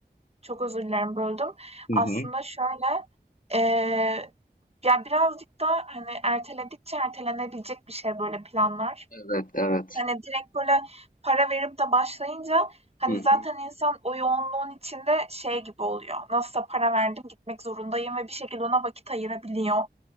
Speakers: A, on the right; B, on the left.
A: çok özür dilerim böldüm.
B: Hı
A: Aslında
B: hı.
A: şöyle eee, ya birazcık da hani erteledikçe ertelenebilecek bir şey böyle planlar.
B: Evet, evet.
A: Hani direkt böyle para verip de başlayınca hani
B: Hı
A: zaten
B: hı.
A: insan o yoğunluğun içinde şey gibi oluyor. Nasılsa para verdim gitmek zorundayım ve bir şekilde ona vakit ayırabiliyor.